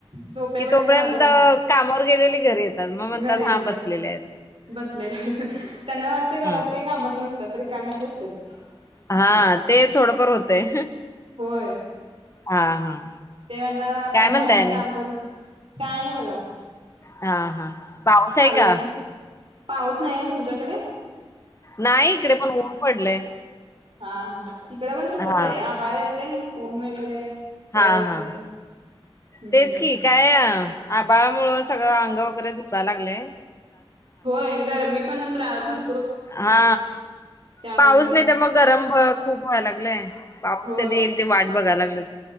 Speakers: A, on the right; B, on the left.
A: झोपेपर्यंत
B: कि तोपर्यंत
A: चालूच असते.
B: कामावर गेलेले घरी येतात मग म्हणतात
A: घरी येतात,
B: हा बसलेले आहेत.
A: बसलेले, त्यांना वाटतय
B: अ
A: घरात काय कामच नस नसतात रिकामीच बसत्यात.
B: हा ते थोडंफार होतंय.
A: होय.
B: हा हा.
A: ते म्हणता आपण
B: काय म्हणताय
A: बाहेरनं
B: आणि
A: काम करून काय नाही बघा.
B: हा हा. पाऊस
A: चाललंय
B: आहे का?
A: की पाऊस नाहीे तुमच्याकडे?
B: नाही इकडे पण ऊन पडलंय
A: हा, हा, इकडं पण तसच
B: हा
A: आहे, आबाळ येतय. ऊन वगैरे. पळ
B: हा,
A: येते
B: हा,
A: हम्म
B: तेच की काय आ आबाळामुळं सगळं अंग वगैरे दुकालागलय.
A: होय गरमी पण त्रा भर
B: हा
A: त्यामुळं
B: पाऊस नाही त्यामुळं गरम खूप व्हाय लागलंय. पाऊस
A: होय
B: कधी येईल ते वाट बघा लागलोय.